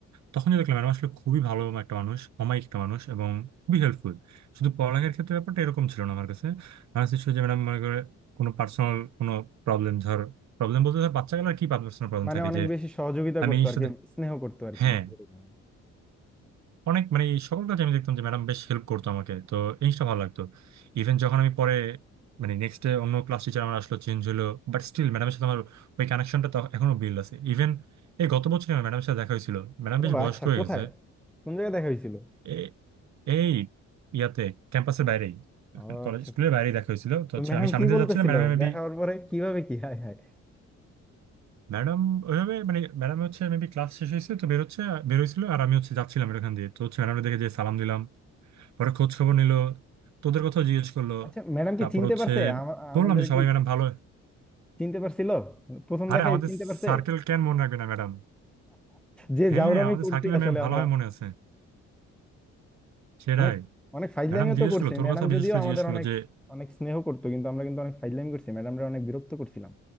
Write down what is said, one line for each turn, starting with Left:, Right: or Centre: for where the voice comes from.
Right: তখনই দেখলাম ম্যাডাম আসলে খুবই ভালো একটা মানুষ অমায়িক একটা মানুষ এবং খুবই হেল্পফুল শুধু পড়ালেখার ক্ষেত্রে ব্যাপারটা এরকম ছিল না আমার কাছে আমার কাছে ছিল যে ম্যাডাম মনে করে কোনো পার্সোনাল কোনো প্রবলেম ধর প্রবলেম বলতে ধর বাচ্চা গেলার কি পার্সোনাল প্রবলেম
Centre: মানে
Right: থাকে
Centre: অনেক
Right: যে
Centre: বেশি সহযোগিতা
Right: আমি
Centre: করতো
Right: এই জিনিসটাতে
Centre: আর কি স্নেহ করতো আর
Right: হ্যাঁ
Centre: কি নাকি এরকম।
Right: অনেক মানে এই সকল কাজে আমি দেখতাম যে ম্যাডাম বেশ হেল্প করতো আমাকে তো এই জিনিসটা ভালো লাগতো ইভেন যখন আমি পরে মানে নেক্সট ডে অন্য ক্লাস টিচার আমার আসলো চেঞ্জ হলো বাট স্টিল ম্যাডামের সাথে আমার ওই কানেকশনটা এখনো বিল্ড আছে ইভেন এই গত বছর ম্যাডামের সাথে দেখা হয়েছিল ম্যাডাম
Centre: ও
Right: বেশ বয়স্ক
Centre: আচ্ছা
Right: হয়ে
Centre: কোথায়
Right: গেছে
Centre: কোন জায়গায় দেখা হয়েছিল
Right: এ- এই ইয়াতে ক্যাম্পাসের বাইরেই
Centre: ও
Right: কলেজ
Centre: আচ্ছা
Right: স্কুলের বাইরেই দেখা হয়েছিল তো
Centre: তো
Right: হচ্ছে
Centre: ম্যাডাম
Right: আমি সামনে
Centre: কি
Right: দিয়ে
Centre: বলতেছিল
Right: যাচ্ছিলাম ম্যাডাম মেবি
Centre: দেখা হওয়ার পরে কিভাবে কি হায় হায়
Right: ম্যাডাম ওইভাবে মানে ম্যাডাম হচ্ছে মেবি ক্লাস শেষ হয়েছে তো বেরোচ্ছে বেরোইছিল আর আমি হচ্ছে যাচ্ছিলাম এখান দিয়ে তো হচ্ছে ম্যাডাম দেখে যে সালাম দিলাম পরে খোঁজ খবর নিল তোদের কথাও জিজ্ঞেস করলো
Centre: আচ্ছা ম্যাডাম
Right: তারপর
Centre: কি চিনতে
Right: হচ্ছে
Centre: পারছে আমা-
Right: বললাম
Centre: আমাদের
Right: যে সবাই
Centre: কি
Right: ম্যাডাম ভালো
Centre: চিনতে পারছিল প্রথম
Right: আরে
Centre: দেখায়
Right: আমাদের
Centre: চিনতে পারছে
Right: সার্কেল কেন মনে রাখবে না ম্যাডাম
Centre: যে
Right: হ্যাঁ
Centre: জাউরামি
Right: আমাদের
Centre: করছি
Right: সার্কেলের
Centre: আসলে
Right: ম্যাম ভালো
Centre: আমরা
Right: হয় মনে আছে সেটাই
Centre: অনেক অনেক ফাইজলামিও
Right: ম্যাডাম জিজ্ঞেস
Centre: তো করছি
Right: করলো তোর
Centre: ম্যাডাম
Right: কথা বিশেষ
Centre: যদিও
Right: করে
Centre: আমাদের
Right: জিজ্ঞেস করলো
Centre: অনেক
Right: যে
Centre: অনেক স্নেহ করতো কিন্তু আমরা কিন্তু অনেক ফাইজলামি করছি ম্যাডামরা অনেক বিরক্ত করছিলাম